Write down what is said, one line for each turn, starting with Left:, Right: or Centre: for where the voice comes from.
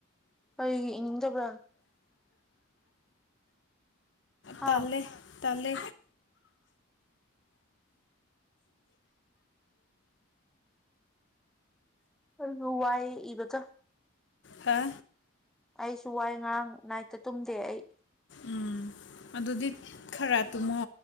Centre: ꯀꯔꯤꯒꯤ ꯏꯅꯤꯡꯗꯕ꯭ꯔꯥ ꯍꯥ
Left: ꯇꯥꯂꯦ ꯇꯥꯂꯦ
Centre: <inaudible> ꯑꯜ ꯋꯥꯏ ꯏꯕ ꯆ
Left: ꯍꯥ
Centre: ꯑꯩꯁꯨ ꯋꯥꯏ ꯉꯔꯥꯡ ꯅꯥꯏꯠꯇ ꯇꯨꯝꯗꯦ ꯑꯩ
Left: ꯎꯝ ꯑꯗꯨꯗꯤ ꯈꯔ ꯇꯨꯝꯃꯣ